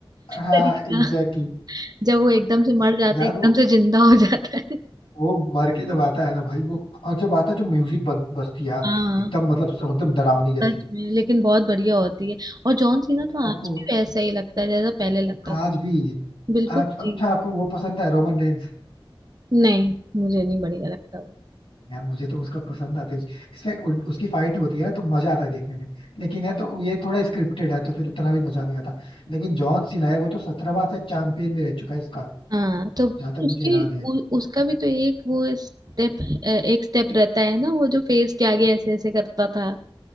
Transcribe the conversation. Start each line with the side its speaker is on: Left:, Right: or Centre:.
Left: हाँ
Right: तरीका
Left: एग्जैक्टली
Right: जब वो एकदम
Left: exactly.
Right: से मर जाता
Left: यार
Right: है एकदम
Left: वो
Right: से जिंदा हो जाता है
Left: वो मर के जब आता है ना भाई वो और जब आता है जो म्यूजिक बज, बजती है यार
Right: हाँ
Left: एकदम मतलब एकदम डरावनी जैसी
Right: सच में लेकिन बहुत बढ़िया होती है और जॉन सीना तो
Left: आपको
Right: आज भी वैसा ही लगता है जैसा पहले लगता
Left: आज
Right: था
Left: भी
Right: बिल्कुल
Left: आज
Right: जी
Left: अच्छा आपको वो पसंद है रोमन रेंस
Right: नहीं मुझे नहीं बढ़िया लगता वो
Left: यार मुझे तो उसका पसंद आते हैं। इसका उ- उसकी फाइट होती है ना तो मजा आता है देखने में लेकिन है तो ये थोड़ा स्क्रिप्टेड है तो फिर उतना भी मजा नहीं आता लेकिन जॉन सीना है वो तो सत्रह बार से चैंपियन भी रह चुका है इसका
Right: हाँ तो
Left: जहां तक
Right: उसकी
Left: मुझे याद है
Right: उ, उसका भी तो एक वो स्टेप एक स्टेप रहता है ना वो जो फेस के आगे ऐसे ऐसे करता था